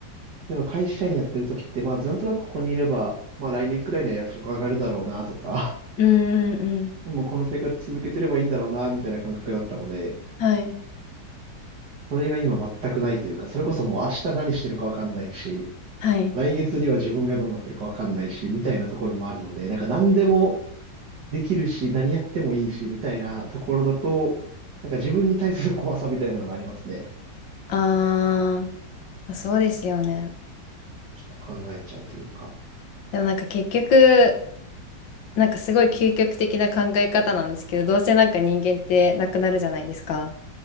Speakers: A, on the right; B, on the left.
A: 例えば会社員やってる時って、まあなんとなくここにいれば、まあ来年くらいには役職上がるだろうなとか、
B: うんうんうん。
A: <laughs> もうこの生活続けてればいいんだろうなみたいな感覚だったので、
B: はい。
A: それが今全くないというか、それこそもう明日何してるかわかんないし、
B: はい。
A: 来月には自分がどうなってるかわかんないし、みたいなところもあるので、なんか何でも、できるし、何やってもいいし、みたいなところだと、なんか自分に対する怖さみたいなのがありますね。
B: あー、まあ、そうですよね。
A: と考えちゃうというか。
B: でもなんか結局、なんかすごい究極的な考え方なんですけど、どうせなんか人間ってなくなるじゃないですか。